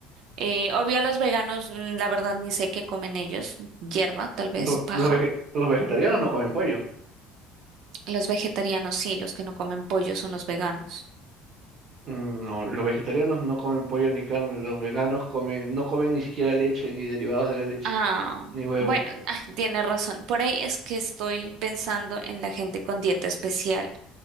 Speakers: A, on the right; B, on the right.
A: Eh, obvio a los veganos, mm, la verdad ni sé qué comen ellos, hierba tal vez,
B: Lo-
A: paja.
B: Los, vege- los vegetarianos no comen pollo.
A: Los vegetarianos sí, los que no comen pollo son los veganos.
B: Mm, No, los vegetarianos no comen pollo ni carne. Los veganos comen, no comen ni siquiera leche, ni derivados de la leche,
A: Ah,
B: ni huevo.
A: bueno, <laughs> ah, tiene razón. Por ahí es que estoy pensando en la gente con dieta especial,